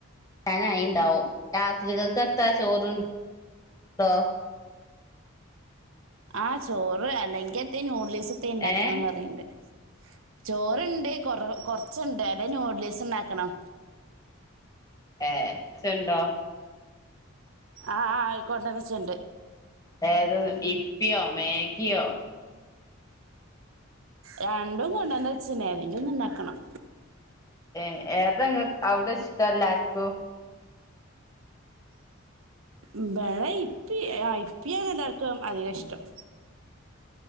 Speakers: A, on the left (about 15°); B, on the right (about 70°).
A: നായി ണ്ടാവും രാത്രികക്ക് എത്താ ചോറ് ണ്ടോ
B: ആ ചോറ് അല്ലെങ്കി എന്തേ ന്യൂഡിൽസ് പ്പത്തേം ഇണ്ടാക്കാൻ
A: ഏ
B: പറീണ്ട് ചോർണ്ട് കൊറ കൊർച്ച്ണ്ട് അല്ലെ നൂഡിൽസ് <unintelligible> ക്കണം
A: ഏ ച്ചണ്ടോ
B: ആ ആ കൊണ്ടന്ന് വെച്ചത് ഇണ്ട്
A: ഏത് ഇപ്പിയോ മാഗിയോ
B: രണ്ടും കൊണ്ടന്ന് വെച്ച്ണ് ഏതെങ്കിലും ഒന്ന് ഇണ്ടാക്കണം
A: ഏ ഏതാ ഇങ്ങ അവടെ ഇഷ്ടം എല്ലാർക്കും
B: ഇബടെ ഇപ്പി ആ ഇപ്പിയാണ് എല്ലാർക്കും അധികം ഇഷ്ടം